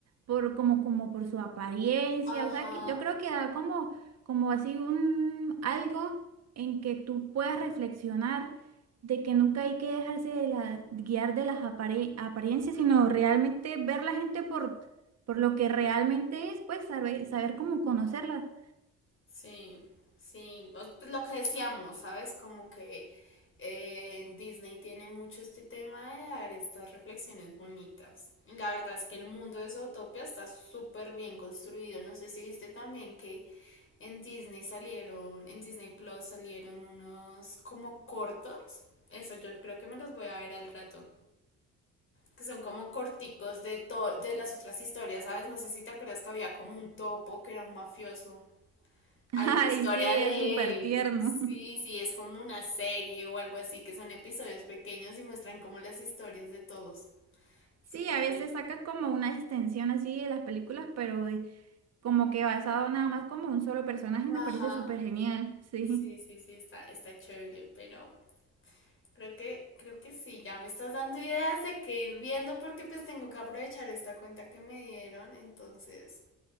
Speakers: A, on the right (about 55°); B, on the left (about 45°).
A: por como, como por su apariencia,
B: Ajá.
A: o sea, que yo creo que da como, como así un algo en que tú puedas reflexionar de que nunca hay que dejarse de la, guiar de las apare- apariencias, sino realmente ver la gente por, por lo que realmente es, pues saber, saber cómo conocerla.
B: Sí, sí, o- pues lo que decíamos, ¿sabes? Como que eh, Disney tiene mucho este tema de dar estas reflexiones bonitas. Y la verdad es que el mundo de Zootopia está súper bien construido. No sé si viste también que en Disney salieron, en Disney Plus salieron unos como cortos. Eso yo creo que me los voy a ver al rato. Que son como corticos de, to- de las otras historias, ¿sabes? No sé si te acuerdas que había como un topo que era un mafioso.
A: <laughs>
B: Hay una
A: Ay,
B: historia
A: sí,
B: de
A: es súper
B: él.
A: tierno.
B: Sí, sí, es como una serie o algo así, que son episodios pequeños y muestran como las historias de todos.
A: Sí,
B: Súper
A: a veces
B: tierno.
A: saca como una extensión así de las películas, pero de- como que basado nada más como un solo personaje,
B: Ajá.
A: me parece súper genial, <laughs> sí.
B: Sí, sí, sí, está, está chévere, pero creo que, creo que sí, ya me estás dando ideas de qué ir viendo porque pues tengo que aprovechar esta cuenta que me dieron. Entonces,